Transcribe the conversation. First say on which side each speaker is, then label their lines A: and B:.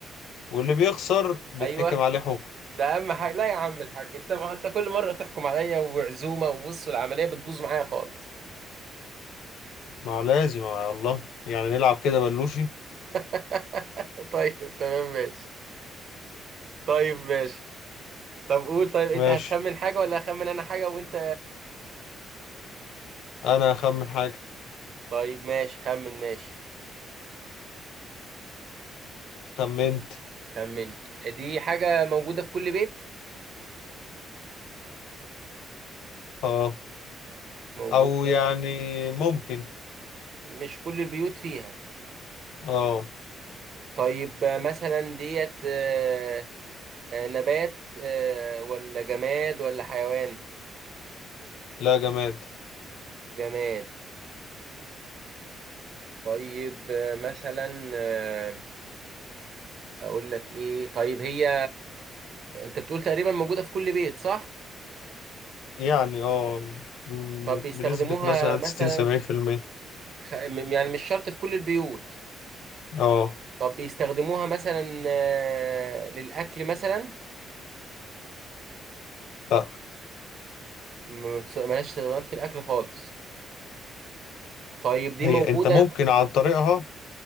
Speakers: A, on the left; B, on the right.
A: واللي بيخسر بيتحكم
B: ايوه
A: عليه حكم
B: ده اهم حاجه لا يا عم الحاج انت ما انت كل مره تحكم عليا وعزومه وبص العمليه بتبوظ معايا خالص
A: ما لازم على الله يعني نلعب كده بلوشي
B: <laughs> طيب تمام ماشي طيب ماشي طب قول طيب انت
A: ماشي
B: هتخمن حاجة ولا اخمن انا حاجة وانت
A: أنا أخمن حاجة
B: طيب ماشي خمن ماشي
A: خمنت
B: خمنت دي حاجة موجودة في كل بيت
A: اه
B: موجودة
A: أو يعني ممكن
B: مش كل البيوت فيها
A: اه
B: طيب آه، مثلا ديت آه، آه، نبات آه، ولا جماد ولا حيوان
A: لا جماد
B: جماد طيب آه، مثلا آه، اقول لك ايه طيب هي انت بتقول تقريبا موجودة في كل بيت صح
A: يعني اه م-
B: طب
A: بنسبة
B: بيستخدموها
A: مثلا
B: مثلا
A: ستين سبعين في المية
B: خ- م- يعني مش شرط في كل البيوت
A: اه
B: طب بيستخدموها مثلا آه، للأكل مثلا
A: لا
B: ما بتس- ملهاش استخدامات في الأكل خالص طيب دي
A: هي
B: موجودة
A: انت ممكن
B: في-
A: عن طريقها